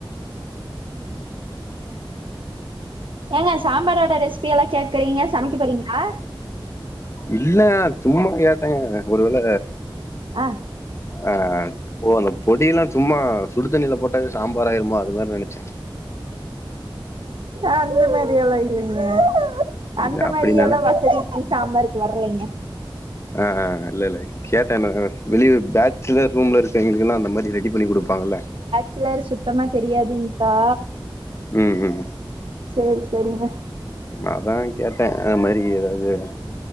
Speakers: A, on the right; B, on the left.
A: ஏங்க சாம்பாரோட ரெசிபி எல்லா கேக்குறீங்க சமைக்க போறீங்களா
B: இல்லங்க சும்மா கேட்டேங்க ஒருவேள
A: அ
B: ஆ ஓ அந்த பொடியெல்லா சும்மா சுடு தண்ணியில போட்ட சாம்பாராயிருமா அது மாதிரி நினைச்ச
A: அந்த மாதிரில இல்லைங்க
B: இல்ல
A: அந்த
B: அப்டினால
A: மாதிரி எல்லா வசதி சாம்பாருக்கு வரலைங்க
B: ஆ இல்ல இல்ல கேட்ட வெளிய பேச்சிலர் ரூம்ல இருக்கவங்களுக்கெல்லா அந்த மாதிரி ரெடி பண்ணி கொடுப்பாங்கல்ல
A: சிலர் சுத்தமா தெரியாதுன்ட்டா
B: ம் ம்
A: சரி சரிங்க
B: அதா கேட்ட அது மாதிரி ஏதாவது